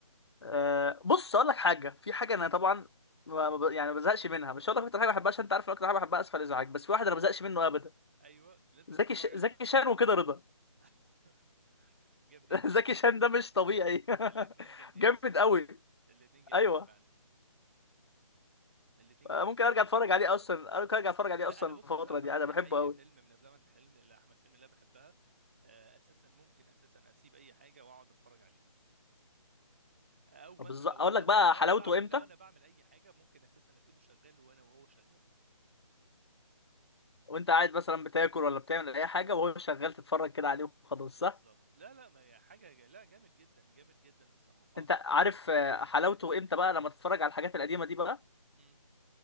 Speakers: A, on the left; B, on the right.
A: أه بص اقول لك حاجه في حاجه انا طبعا ما- ما ب- يعني ما بزهقش منها مش هقول لك اكتر حاجه بحبها عشان انت عارف إن اكتر حاجه بحبها اسفل ازعاج بس في
B: اه
A: واحد انا ما بزهقش
B: اه
A: منه ابدا
B: ايوه اللي انت
A: زكي
B: ممكن تتفرج
A: ش...
B: عليه
A: زكي
B: فعلا
A: شان وكده رضا
B: <laughs> جامدين
A: <laughs>
B: الاثنين
A: زكي شان ده مش طبيعي
B: الاثنين
A: <laughs>
B: جامدين
A: جامد
B: الصراحه
A: قوي
B: الاثنين جامدين
A: ايوه
B: فعلا الاثنين جامدين
A: آه، ممكن
B: فعلا
A: ارجع اتفرج عليه اصلا ممكن ارجع اتفرج عليه
B: لا
A: اصلا
B: انا بص
A: الفتره
B: احمد
A: دي انا
B: اي
A: بحبه
B: أي
A: قوي
B: فيلم من افلام احمد حلمي اللي احمد حلمي اللي أنا بحبها آه، اساسا ممكن اساسا اسيب اي حاجه واقعد اتفرج عليه او مثلا
A: طب بالظبط
B: لو
A: اقول
B: لو
A: لك بقى
B: لو
A: حلاوته
B: انا بعمل
A: امتى
B: لو انا بعمل اي حاجه ممكن اساسا اسيبه شغال وانا وهو شغال
A: وانت قاعد مثلا بتاكل ولا بتعمل اي حاجه وهو شغال تتفرج كده عليه وخلاص
B: بالظبط
A: صح
B: لا لا ما هي حاجه جا- لا جامد جدا جامد جدا الصراحه
A: انت عارف آه،
B: ما ما-
A: حلاوته
B: ما يتزهقش
A: امتى بقى لما تتفرج على الحاجات القديمه دي بقى
B: امم